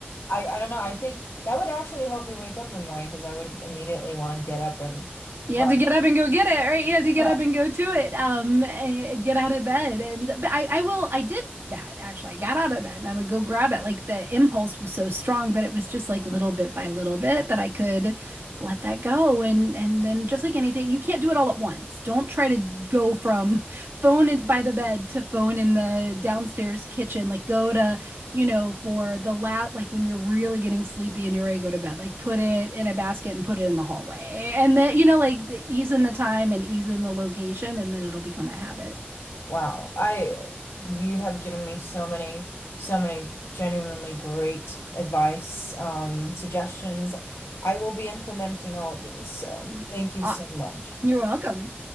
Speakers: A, on the left; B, on the right.
A: I I don't know. I think that would actually help me wake up in the morning because I would immediately want to get up and
B: You
A: run.
B: have to get up and go get it, right? You have to get
A: Yeah.
B: up and go to it, um, and get out of bed. And but I, I will, I did that actually. I got out of bed and I would go grab it. Like the impulse was so strong, but it was just like little bit by little bit that I could let that go. And and then just like anything, you can't do it all at once. Don't try to go from <laughs> phone in, by the bed to phone in the downstairs kitchen. Like go to you know, for the last, like when you're really getting sleepy and you're ready to go to bed, like put it in a basket and put it in the hallway. And that, you know, like the- ease in the time and ease in the location, and then it'll become a habit.
A: Wow. I you have given me so many so many genuinely great advice, um, suggestions. I will be implementing all of these, so
B: Mm.
A: thank you
B: Ah,
A: so much.
B: you're welcome.